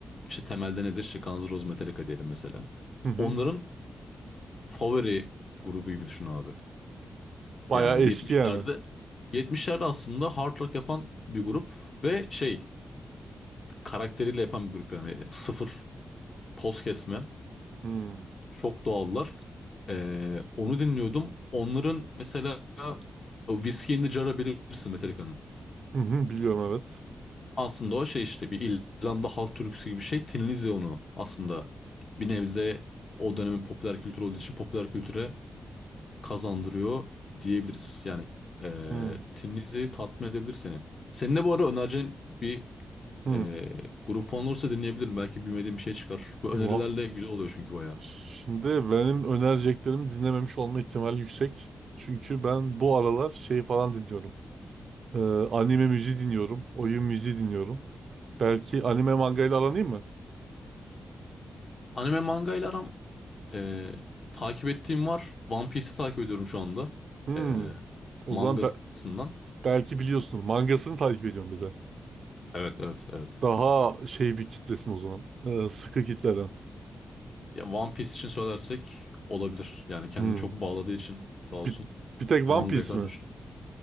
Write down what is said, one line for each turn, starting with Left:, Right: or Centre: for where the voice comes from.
Left: işte temelde nedir? İşte Guns N' Roses, Metallica diyelim mesela.
Right: Hı hı.
Left: Onların favori grubu gibi düşün abi.
Right: Bayağı
Left: Yani
Right: eski
Left: 70'lerde
Right: yani.
Left: 70'lerde aslında hard rock yapan bir grup ve şey karakteriyle yapan bir grup yani sıfır toz kesme.
Right: Hı.
Left: Çok doğallar. Ee, onu dinliyordum. Onların mesela o Whiskey in the Jar'ı bilirsin Metallica'nın.
Right: Hı hı, biliyorum evet.
Left: Aslında o şey işte bir İrlanda halk türküsü gibi bir şey. Tinlizya onu aslında bir nebze o dönemin popüler kültür olduğu için popüler kültüre kazandırıyor diyebiliriz. Yani eee
Right: Hı
Left: Tinlizi tatmin edebilir seni. Senin de bu ara önereceğin bir
Right: hı.
Left: eee grup falan olursa dinleyebilirim. Belki bilmediğim bir şey çıkar. Bu
Right: Va-
Left: önerilerle güzel oluyor çünkü bayağı.
Right: Şimdi benim önereceklerimi dinlememiş olma ihtimali yüksek. Çünkü ben bu aralar şey falan dinliyorum. Ee, anime müziği dinliyorum. Oyun müziği dinliyorum. Belki anime mangayla aranayım mı?
Left: Anime manga ile aram eee, takip ettiğim var. One Piece'i takip ediyorum şu anda.
Right: Hı.
Left: Eee
Right: O
Left: mangasından.
Right: zaman be- belki biliyorsunuz. Mangasını takip ediyorum bir de.
Left: Evet evet evet.
Right: Daha şey bir kitlesin o zaman. Ee, sıkı kitleden.
Left: Ya One Piece için söylersek olabilir. Yani kendine
Right: Hı.
Left: çok bağladığı için sağ olsun.
Right: Bir, bir tek One
Left: manga
Right: Piece
Left: kadar
Right: mi?
Left: düştü.